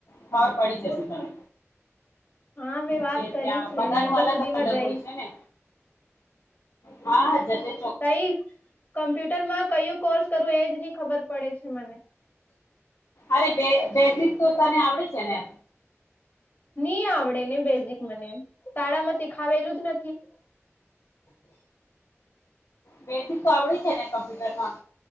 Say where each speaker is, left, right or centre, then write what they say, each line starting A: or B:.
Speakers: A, on the left (about 85°); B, on the left (about 40°).
A: ખબર પડી જશે તને.
B: હા મેં
A: છે
B: વાત કરી
A: ત્યાં
B: છે
A: બધા
B: નવેમ્બર
A: નુ અલગ
B: સુધીમાં
A: અલગ
B: જઈશ
A: હોય છે, ને. હા જતે
B: કઈ કમ્પ્યુટરમાં કયું કોર્સ કરવું એજ નની ખબર પડે છે મને.
A: અરે બે બેઝિક તો તને આવડે છે, ને.
B: ની આવડે ને બેઝિક મને શાળા માં શીખાવેલું જ નથી
A: બેઝિક તો આવડે છે, ને કમ્પ્યુટરમાં